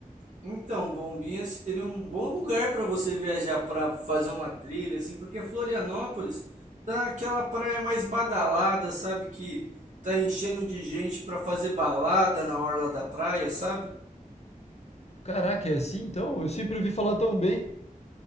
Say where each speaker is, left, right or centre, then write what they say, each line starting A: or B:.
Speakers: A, on the right; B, on the left.
A: Então, Bombinhas seria um bom lugar para você viajar para fazer uma trilha, assim, porque Florianópolis tá aquela praia mais badalada, sabe? Que tá enchendo de gente para fazer balada na orla da praia, sabe?
B: Caraca, é assim então? Eu sempre ouvi falar tão bem.